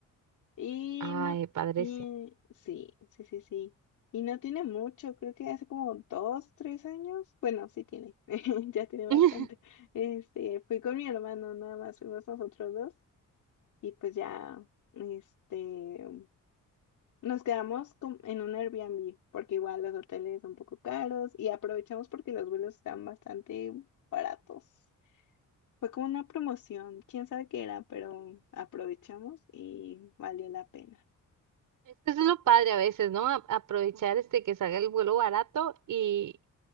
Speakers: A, on the left (about 70°); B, on the right (about 80°).
A: Y
B: Ay,
A: no
B: padrísimo.
A: tiene, sí, sí, sí, sí. Y no tiene mucho, creo que hace como dos, tres años. Bueno, sí tiene, <laughs> ya tiene bastante.
B: <laughs>
A: Este, fui con mi hermano, nada más fuimos nosotros dos. Y pues ya, este, Nos quedamos com- en un Airbnb porque igual los hoteles son un poco caros y aprovechamos porque los vuelos están bastante baratos. Fue como una promoción, quién sabe qué era, pero aprovechamos y valió la pena.
B: Es que eso es lo padre a veces, ¿no? A- aprovechar este que salga el vuelo barato y,